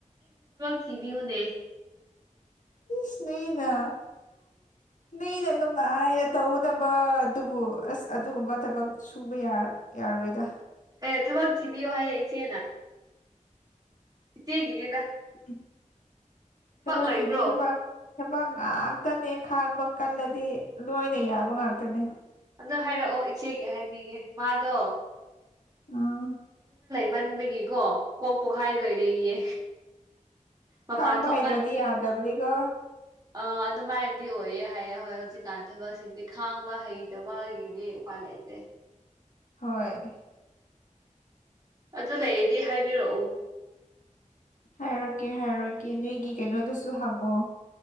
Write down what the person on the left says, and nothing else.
ꯁ ꯅꯣꯏꯅ ꯃꯤꯅ ꯅꯨꯡꯉꯥꯏꯅ ꯇꯧꯒꯗꯕ ꯑꯗꯨꯕꯨ ꯑꯁ ꯑꯗꯨꯒꯨꯝꯕ ꯊꯕꯛ ꯁꯨꯕ ꯌꯥ ꯌꯥꯔꯣꯏꯗ
ꯏ ꯊꯕꯥꯀꯤꯗꯤ
ꯏ ꯊꯄꯥ ꯊꯕ ꯉꯥꯛꯇꯅꯦ ꯈꯥꯡꯕ ꯀꯜꯂꯗꯤ ꯂꯣꯏꯅ ꯌꯥꯕ ꯉꯥꯛꯇꯅꯦ
ꯎꯝ
ꯈꯥꯡꯕ
ꯍꯩꯇ꯭ꯔꯗꯤ ꯌꯥꯗꯕꯅꯤꯀꯣ
ꯍꯣꯏ
ꯍꯥꯏꯔꯛꯀꯦ ꯍꯥꯏꯔꯛꯀꯦ ꯅꯣꯏꯒꯤ ꯀꯩꯅꯣꯗꯁꯨ ꯍꯪꯉꯣ